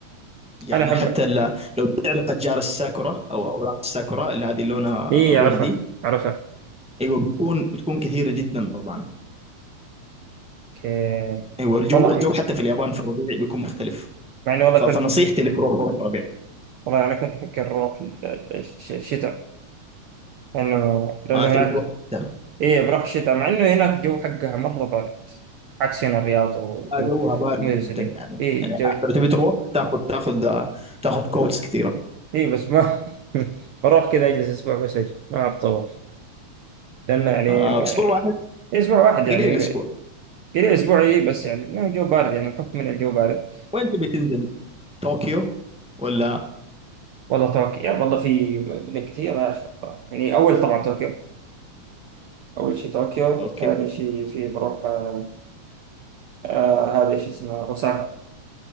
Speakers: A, in the centre; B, on the right.
A: يعني
B: أنا أحب
A: حتى ل- لو تعرف اشجار الساكورا او اوراق الساكورا اللي هذه لونها
B: إيه
A: وردي
B: عرفها عرفها
A: ايوه بتكون بتكون كثيره جدا طبعا
B: أوكي
A: ايوه الجو
B: والله
A: الجو حتى في اليابان في الربيع بيكون مختلف
B: مع إني والله
A: ف- فنصيحتي
B: كنت
A: لك روح روح في الربيع
B: والله أنا كنت أفكر أروح في ال- ال- الش- الشتاء لأنه لأنه
A: ما تبي
B: هناك
A: تروح ده.
B: إيه بروح الشتاء مع إنه هناك الجو حقها مرة بارد عكس هنا الرياض والجو
A: لا جوها بارد
B: المدرسة
A: جدا
B: دي
A: يعني
B: إيه
A: يعني
B: جو
A: لو تبي تروح تاخذ تاخذ تاخذ كوتس كثيره
B: إيه بس ما <laughs> بروح كذا أجلس أسبوع بس أجي ما بطول لأنه يعني
A: آه،
B: ما-
A: اسبوع واحد
B: أسبوع واحد يعني
A: قليل الاسبوع
B: قليل اسبوعي بس يعني إنه الجو بارد يعني بحكم من الجو بارد
A: وين تبي تنزل طوكيو ولا
B: والله طوكيو يعني والله في مدن كثيره يا اخي الله. يعني اول طبعا طوكيو اول شيء طوكيو
A: اوكي
B: ثاني شيء في بروح آه آه، هذا ايش اسمه اوساكا